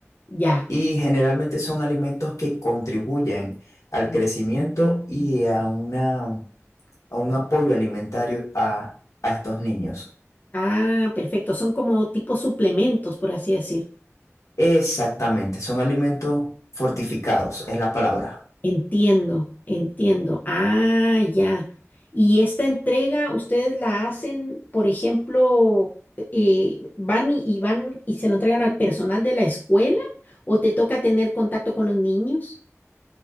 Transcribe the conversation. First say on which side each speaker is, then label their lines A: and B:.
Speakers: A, on the left; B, on the left.
A: Ya.
B: y generalmente son alimentos que contribuyen al crecimiento y a una, a un apoyo alimentario a, a estos niños.
A: Ah, perfecto. Son como tipo suplementos, por así decir.
B: Exactamente, son alimentos fortificados, es la palabra.
A: Entiendo, entiendo. Ah, ya. Y esta entrega, ustedes la hacen, por ejemplo, eh, van y, y van y se lo entregan al personal de la escuela, o te toca tener contacto con los niños.